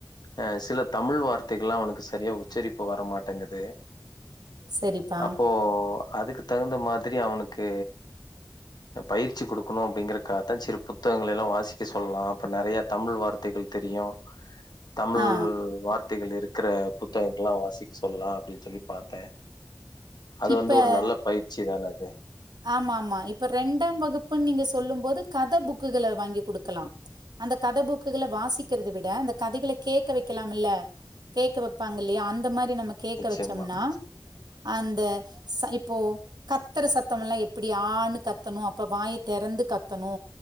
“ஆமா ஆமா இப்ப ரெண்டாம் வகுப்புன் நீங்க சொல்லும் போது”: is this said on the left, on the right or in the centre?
Right